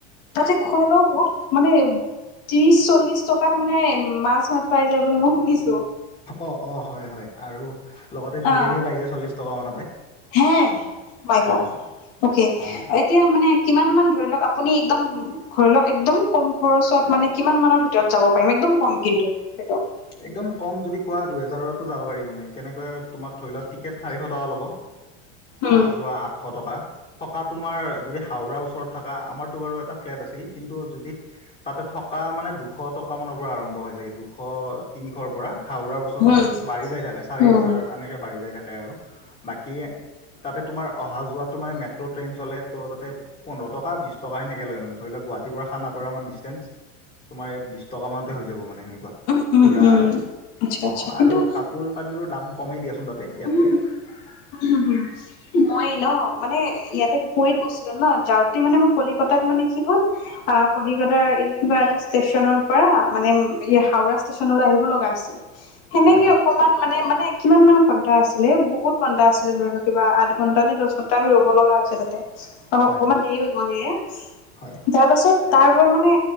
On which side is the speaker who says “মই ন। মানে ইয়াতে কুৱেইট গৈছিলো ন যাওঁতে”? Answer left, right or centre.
Left